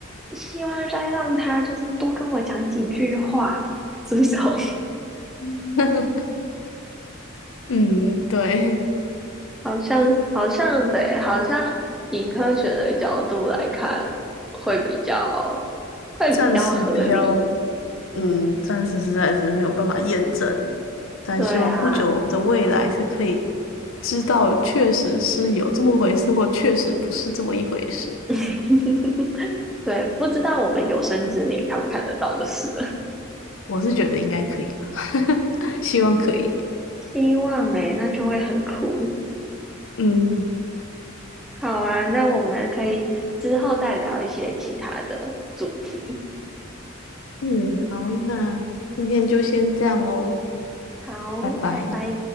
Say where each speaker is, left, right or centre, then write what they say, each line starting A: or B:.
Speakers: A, in the centre; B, on the left.
A: 希望再让他就是多跟我讲几句话，这种
B: <laughs> 嗯，对。
A: <laughs> 好像好像对，好像以科学的角度来看，会比较会比较合理。
B: 暂时比较，嗯，暂时实在是没有办法验证，但希望不久的未来是可以
A: 对啊，
B: 知道确实是有这么回事，或确实不是这么一回事。
A: <laughs> 对，不知道我们有生之年看不看得到就是了。
B: 我是觉得应该可以哈，<laughs> 希望可以。
A: 希望诶、那就会很酷。
B: 嗯
A: 好啊，那我们可以之后再聊一些其他的主题。
B: 嗯，好，那今天就先这样喽，
A: 好，
B: 拜拜。
A: 拜拜。